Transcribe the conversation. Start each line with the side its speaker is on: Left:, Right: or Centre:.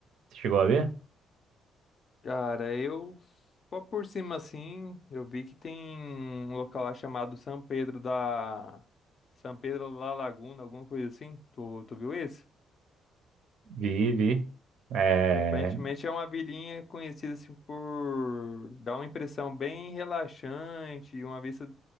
Right: você chegou a ver?
Left: Cara, eu só por cima assim, eu vi que tem um local lá chamado São Pedro da São Pedro da Laguna, alguma coisa assim. Tu, tu viu esse?
Right: Vi, vi. É,
Left: Aparentemente é uma vilinha conhecida assim por dar uma impressão bem relaxante, e uma vista